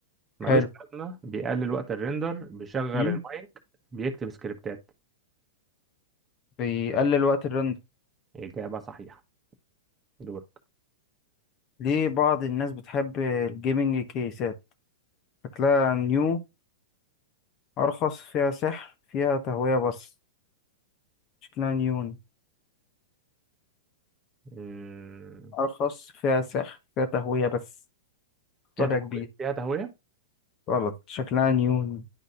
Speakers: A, on the right; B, on the left.
A: ملوش
B: حلو
A: لازمة بيقلل وقت الريندر بيشغل
B: امم
A: المايك بيكتب سكريبتات
B: بيقلل وقت الرندر
A: إجابة صحيحة دورك
B: ليه بعض الناس بتحب الجيمنج كيسات شكلها نيو أرخص فيها سحر فيها تهوية بس شكلها نيون
A: مم.
B: أرخص فيها سحر فيها تهوية بس اختار
A: فيها تهوية
B: يا كبير
A: فيها تهوية
B: غلط شكلها نيون